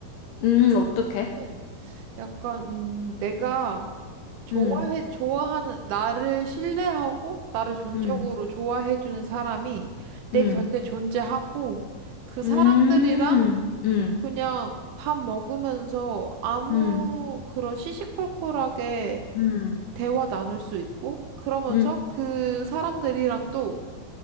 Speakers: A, on the left; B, on the right.
A: 응, 어떡해?
B: 는 약간, 음, 내가 좋아해,
A: 응,
B: 좋아하는, 나를 신뢰하고, 나를 전적으로
A: 응,
B: 좋아해주는 사람이 내
A: 응,
B: 곁에 존재하고, 그 사람들이랑
A: 응, 응,
B: 그냥 밥 먹으면서 아무
A: 응, 응,
B: 그런 시시콜콜하게
A: 응,
B: 대화 나눌 수 있고, 그러면서
A: 응,
B: 그 사람들이랑 또,